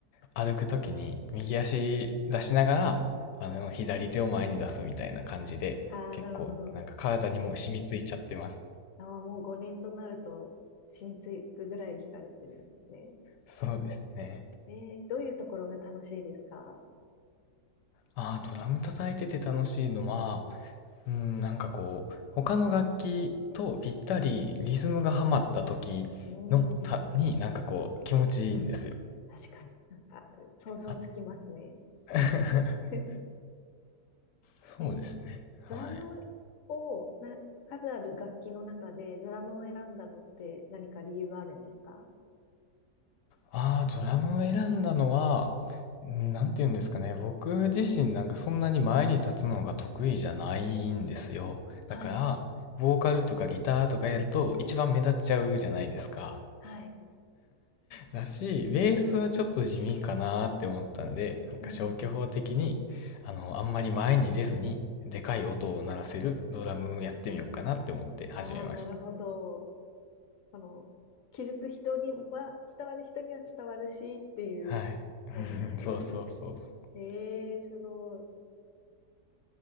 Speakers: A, on the left; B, on the left.
A: 歩くときに右足出しながら、あの左手を前に出すみたいな感じで、
B: ー。ああ、
A: 結構なんか体にもう染みついちゃってます。
B: なるほど。あー、もう5年となると染みつくぐらい弾かれてるんですね。
A: そうですね。
B: えー、どういうところが楽しいですか
A: ああ、ドラム叩いてて楽しいのは、うん、なんかこう、他の楽器とぴったりリズムがはまった時のた、
B: うーん、
A: になんかこう気持ちいいんですよ。
B: 確かになんか想像つきますね。
A: あ、<laughs>
B: <laughs>
A: そうですね。
B: えードラムをな、
A: はい。
B: 数ある楽器の中でドラムを選んだのって何か理由があるんですか
A: ああ、ドラムを選んだのは、んなんて言うんですかね。僕自身なんかそんなに前に立つのが得意じゃないんですよ。
B: はい。
A: だから、ボーカルとかギターとかやると一番目立っちゃうじゃないですか。
B: はい。
A: だし、ベースはちょっと地味かなーって思ったんで、なんか消去法的に、
B: うん
A: あの、あんまり前に出ずに、でかい音を鳴らせるドラムやってみようかなって思って始めました。
B: ああ、なるほど。その、気づく人には、伝わる人には伝わるしっていうようなところですよね。
A: はい。<laughs> そうそうそうそう。
B: ええ、すごい。